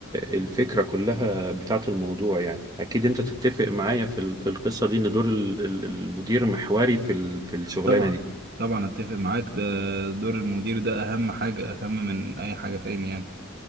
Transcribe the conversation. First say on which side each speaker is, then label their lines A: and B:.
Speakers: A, on the right; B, on the right.
A: الفكره كلها بتاعت الموضوع يعني اكيد انت تتفق معايا في ال- في القصه دي ان دور ال- ال- المدير محوري في ال- في الشغلانه
B: طبعا
A: دي
B: طبعا اتفق معاك ده دور المدير ده اهم حاجة اهم من اي حاجة تاني يعني